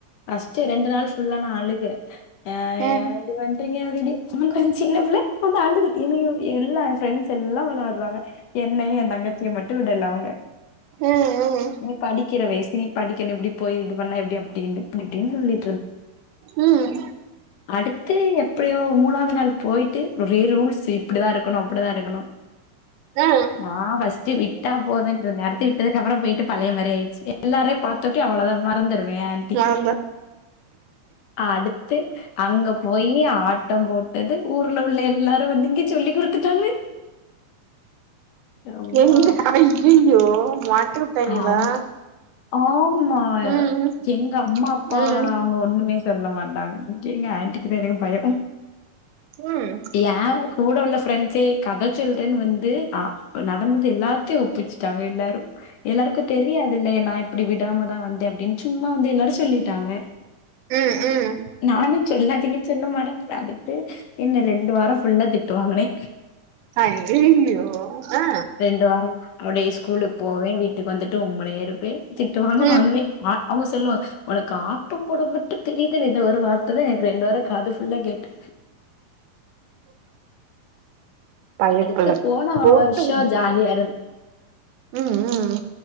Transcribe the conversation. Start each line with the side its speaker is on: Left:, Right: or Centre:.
Left: ஃபர்ஸ்ட்டு ரெண்டு நாள் ஃபுல்லா நா அழுக அ
Right: ஆ
Left: ய நீங்க வன்ட்டீங்க ஆல்ரெடி <unintelligible> சின்னபுள்ள ரொம்ப அழுதுக்கு என்னயு எல்லா ஃப்ரெண்ட்ஸ் ஸெல்லா வெளாட்றாங்க என்னயு எ தங்கச்சிய மட்டு விடல அவுங்க
Right: ஆ ஆ அ
Left: நீ படிக்கிற வய்சு நீ படிக்கணு இப்டி போய் இது பண்ணா எப்டி அப்டின்னு அப்டிஇப்டின் சொல்லி
Right: ம்
Left: அடுத்து எப்பயோ மூணாவ்து நாள் போய்ட்டு ஒரே ரூல்ஸ்ஸு இப்டிதாருக்கணு அப்டிதாருக்கணு
Right: ஆ
Left: நா ஃபஸ்ட்டு விட்டா போதுன்ட்ருந்தே அடுத்து விட்டதுக்கப்றோ போய்ட்டு பழைய மாரி ஆய்ர்ச்சி எல்லாரயு பாத்தோட்டி அவ்ளோ தா மறந்துருவே ஏ ஆன்ட்டி
Right: மறந்துட்டு
Left: அடுத்து அங்க போயி ஆட்டோ‌போட்டது ஊர்ல உள்ள எல்லாரு வந்து இங்க சொல்லி குடுத்துட்டாங்க யவ்வா
Right: என்ன அய்யய்யோ மாட்டி விட்டாய்ங்களா
Left: ஆன்ட்டி ஆமா
Right: ம்
Left: எங்கம்மாப்பா
Right: ம் ம்
Left: அவுங்க ஒண்ணுமே சொல்ல மாட்டாங் எங்க ஆன்டிக்கித்தா எனக்கு பயோ
Right: ம்
Left: எ யாருக் கூட உள்ள ஃப்ரெண்ட்ஸே கத சொல்றேன் வந்து அ நடந்தது எல்லாத்தியு ஒப்பிச்சுட்டாங்க எல்லாரு எல்லாருக்கு தெரியாதுல நா இப்டி விடாமதா வந்தே அப்டின் சும்மா வந்து எல்லாரு சொல்லிட்டாங்க
Right: ம் ம்
Left: நானு சொல்லாதீங்க சொல்ல மறந்துராந்துட்டே என்ன ரெண்டு வாரோ ஃபுல்லா திட்டு வாங்குனே
Right: அய்யய்யோ ஆ
Left: ரெண்டு வாரோ அப்டியே ஸ்கூலுக்கு போவே வீட்டுக்கு வந்துட்டு உம்முனே இருப்பே திட்டு வாங்கு
Right: ம்
Left: வாங்குவே அவுங்க சொல்லுவா ஒனக்கு ஆட்டோ போட மட்டு தெரிதுல இந்த ஒரு வார்த்த தா எனக்கு ரெண்டு வாரோ காது ஃபுல்லா கேட்டு
Right: பயப்புள்ள
Left: அடுத்து போன
Right: போட்டு
Left: வருஷம்
Right: குடுத்துட்டாய்ங்க
Left: ஜாலியா
Right: ம் ம்